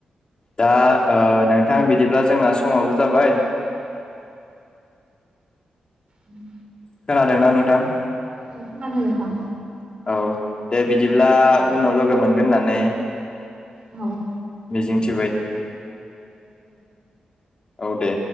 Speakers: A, on the left; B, on the right.
A: दा ओ नोंथां बिदिब्ला जोंना समावबो जाबाय।
B: उम
A: खोनादोंना नोंथां?
B: औ खोनादों नोंथां।
A: औ दे बिदिब्ला उनाव लोगो मोनगोन होननानै
B: औ
A: मिजिं थिबाय औ दे